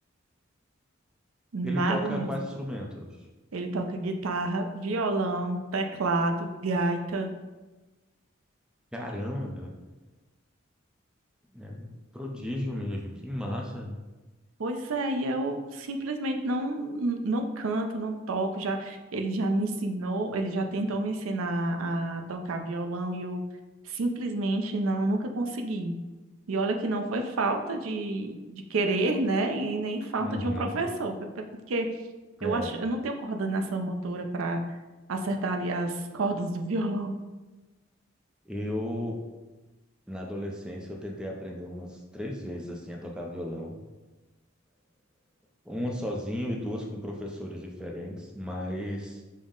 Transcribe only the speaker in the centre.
Ele toca
quais instrumentos?
Caramba, é, é um prodígio mesmo, que massa.
Uhum,
é.
Eu Na adolescência, eu tentei aprender umas três vezes assim a tocar violão, uma sozinho e duas com professores diferentes, mas